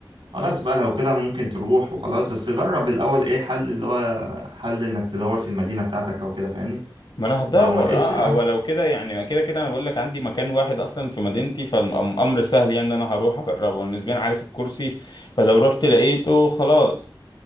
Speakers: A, on the right; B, on the left.
A: خلاص بقى لو كده ممكن تروح وخلاص بس جرب الأول ايه حل اللي هو حل انك تدور في المدينة بتاعتك او كده فاهمني
B: ما انا هدور
A: لو ما لقيتش
B: اه
A: بقى
B: او لو كده يعني ما كده كده انا بقول لك عندي مكان واحد اصلا في مدينتي فالامر سهل يعني ان انا هروح اجربه انا نسبيا عارف الكرسي فلو رحت لقيته خلاص